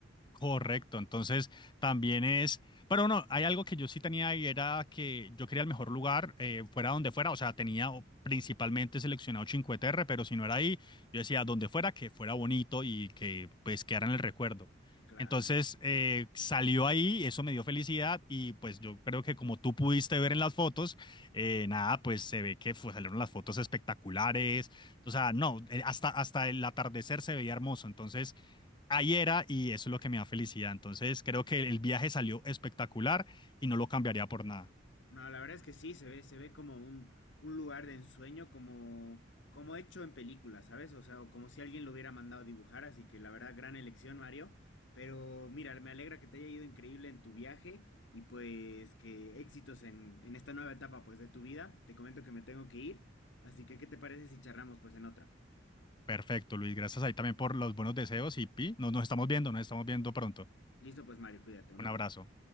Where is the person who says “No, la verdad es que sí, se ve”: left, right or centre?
Left